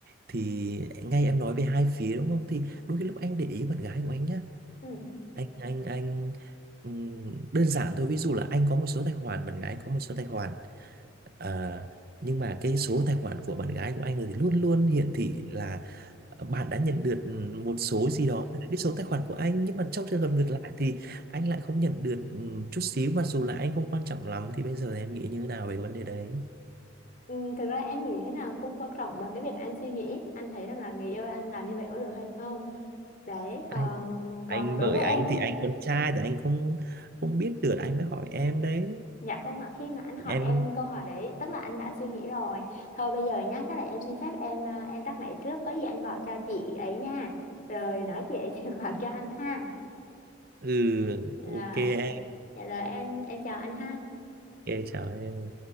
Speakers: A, on the right; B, on the left.
A: thì ngay em nói về hai phía đúng không thì đôi khi lúc anh để ý bạn gái của anh nhá
B: ừ
A: anh anh anh ừm, đơn giản thôi ví dụ là anh có một số tài khoản bạn gái có một số tài khoản À, nhưng mà cái số tài khoản của bạn gái của anh thì luôn luôn hiển thị là ờ, bạn đã nhận được một số gì đó từ cái số tài khoản của anh nhưng mà trong trường hợp ngược lại thì anh lại không nhận được ừ, chút xíu mặc dù là anh không quan trọng lắm thì bây giờ thì em nghĩ như thế nào về cái vấn đề đấy
B: Ừ, thực ra em nghĩ thế nào không quan trọng bằng cái việc anh suy nghĩ anh thấy rằng là người yêu anh làm như vậy có được hay không đấy
A: anh
B: còn còn
A: anh
B: đối
A: bởi
B: với
A: anh
B: em
A: thì anh con trai thì anh không không biết được anh mới hỏi em đấy
B: dạ không mà khi mà anh hỏi
A: em
B: em câu hỏi đấy tức là anh đã suy nghĩ rồi thôi bây giờ nhá chắc là em xin phép em à, em tắt máy trước có gì anh gọi cho chị ấy nha rồi nói chị ấy <laughs> chuyển khoản cho anh ha
A: ừ
B: Rồi,
A: ok em
B: dạ rồi em em chào anh ha.
A: ok chào em